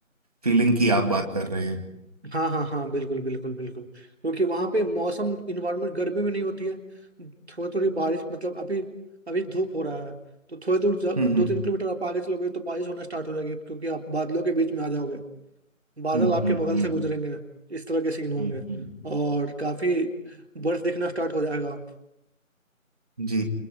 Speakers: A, on the right; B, on the right.
A: फीलिंग की आप बात कर रहे हैं
B: हाँ हाँ हाँ बिल्कुल बिल्कुल बिल्कुल क्योंकि वहाँ पे मौसम इन्वायरमेंट गर्मी भी नहीं होती है थोड़ी थोड़ी बारिश मतलब अभी अभी धूप हो रहा है तो थोड़ी दूर जा-
A: हम्म
B: दो
A: हम्म
B: तीन किलोमीटर आप आगे चलोगे तो बारिश होना स्टार्ट हो जाएगी क्योंकि आप बादलों के बीच में आ जाओगे बादल
A: हम्म
B: आपके
A: हम्म
B: बगल
A: हम्म
B: से गुजरेंगे इस तरह के सीन होंगे
A: हम्म, हम्म।
B: और काफी बर्फ दिखना स्टार्ट हो जाएगा
A: जी